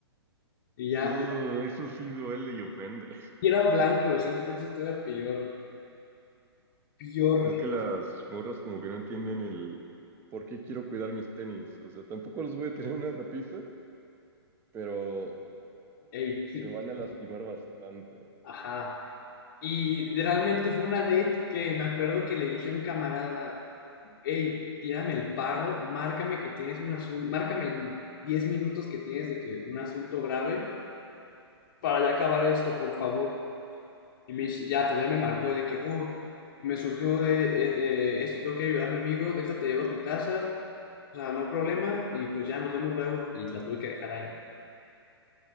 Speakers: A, on the left; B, on the right.
A: Y ya,
B: Uh,
A: pues,
B: eso sí duele y ofende.
A: y eran blancos, ¿eh? entonces todavía peor, peor.
B: Es que las morras como que no entienden el por qué quiero cuidar mis tenis. O sea, tampoco los voy a tener en una repisa, pero
A: Ey,
B: se van a lastimar
A: <laughs>
B: bastante.
A: ajá. Y realmente fue una date que me acuerdo que le dije a un camarada, hey, tírame el paro, márcame que tienes un asunto, márcame en 10 minutos que tienes de que un asunto grave para ya acabar esto, por favor. Y me dice, ya, pues ya me marcó de que, oh, me surgió de eh, eh, esto, tengo que ayudar a mi amigo, déjate, llevo a tu casa, o sea, no hay problema, y pues ya nos vemos luego. Y la tuve que dejar ahí.